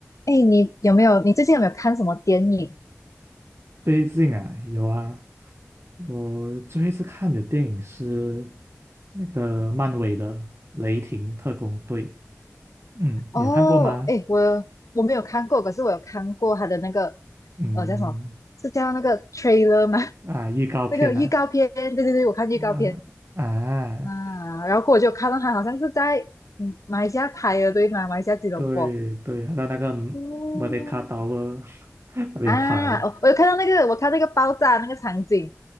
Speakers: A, on the left (about 85°); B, on the right (about 50°).
A: 哎，你有没有？你最近有没有看什么电影？
B: 最近啊，有啊，我最后一次看的电影是那个漫威的《雷霆特工队》，嗯，
A: 哦，
B: 你有看过吗？
A: 哎，我我没有看过，可是我有看过他的那个，
B: 嗯，
A: 呃，叫什么？是叫那个 trailer 吗？
B: 啊，
A: <laughs>
B: 预告片啊，
A: 那个预告片？对对对，我看预告片
B: 那啊，
A: 啊。然后我就看到他好像是在嗯马来西亚拍的，对吗？马来西亚吉隆坡。
B: 对对，在那个
A: 嗯
B: Merdeka Tower <laughs> 那边拍
A: 啊，我我有看到那个，我看那个爆炸那个场景